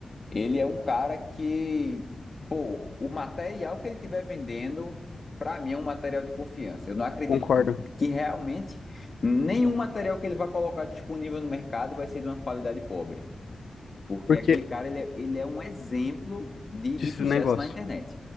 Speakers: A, on the left; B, on the left.
A: ele é um cara que, pô, o material que ele estiver vendendo, pra mim é um material de confiança. Eu não acredito
B: Concordo.
A: que realmente nenhum material que ele vai colocar disponível no mercado vai ser de uma qualidade pobre. Porque
B: Porque
A: aquele cara, ele é, ele é um exemplo de,
B: disse
A: de sucesso
B: o negócio.
A: na internet.